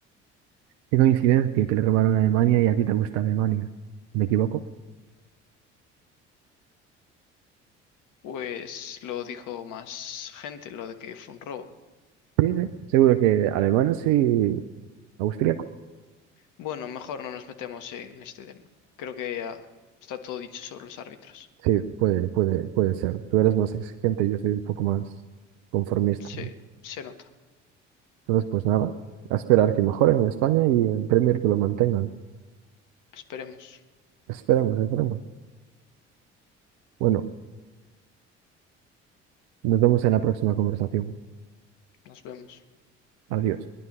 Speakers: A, on the right; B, on the left.
A: Qué coincidencia que le robaron a Alemania y a ti te gusta Alemania. ¿Me equivoco?
B: Pues lo dijo más gente, lo de que fue un robo.
A: Sí, sí. Seguro que alemanes y austríacos.
B: Bueno, mejor no nos metemos en este tema. Creo que ya está todo dicho sobre los árbitros.
A: Sí, puede, puede, puede ser. Tú eres más exigente, yo soy un poco más conformista.
B: Sí, se nota.
A: Entonces, pues nada, a esperar que mejoren en España y en Premier que lo mantengan.
B: Esperemos.
A: Esperamos, esperamos. Bueno, nos vemos en la próxima conversación.
B: Nos vemos.
A: Adiós.